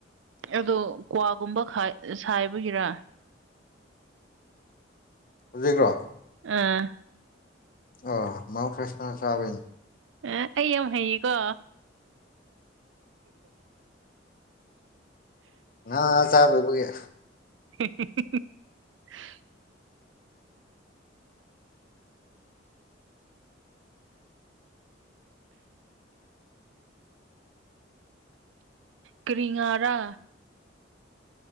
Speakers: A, on the right; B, on the left.
A: ꯑꯣ ꯀ꯭ꯋꯥꯒꯨꯝꯕ ꯁꯥꯏꯕꯒꯤꯔ
B: ꯍꯧꯖꯤꯛꯈ꯭ꯔꯣ
A: ꯑꯥ
B: ꯑ ꯃꯥꯎ ꯐ꯭ꯔꯁꯅ ꯆꯕꯅꯤ
A: ꯑ ꯑꯩ ꯌꯥꯝ ꯍꯩꯌꯦꯀꯣ
B: ꯑ ꯆꯔꯨꯕꯨꯒꯦ
A: <unintelligible> ꯀ꯭ꯔꯤꯉꯔꯥ